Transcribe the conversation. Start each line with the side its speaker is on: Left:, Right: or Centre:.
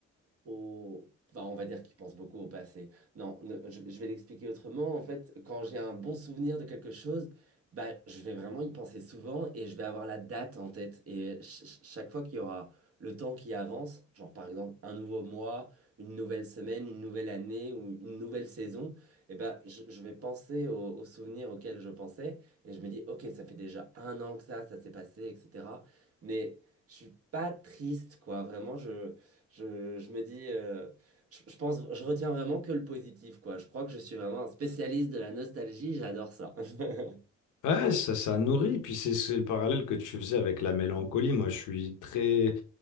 Right: au... Enfin, on va dire qu'il pense beaucoup au passé. Non, ne- je, je vais l'expliquer autrement. En fait, quand j'ai un bon souvenir de quelque chose, bah, je vais vraiment y penser souvent et je vais avoir la date en tête. Et ch- ch- chaque fois qu'il y aura le temps qui avance, genre par exemple un nouveau mois, une nouvelle semaine, une nouvelle année ou une nouvelle saison, eh ben, je, je vais penser aux, aux souvenirs auxquels je pensais et je me dis, ok, ça fait déjà un an que ça, ça s'est passé, etc. Mais je suis pas triste, quoi. Vraiment, je... Je, je me dis, euh, je, je pense, je retiens vraiment que le positif, quoi. Je crois que je suis vraiment un spécialiste de la nostalgie, j'adore ça. <laughs>
Left: Ouais, ça, ça nourrit. Puis c'est c'est le parallèle que tu faisais avec la mélancolie. Moi, je suis très,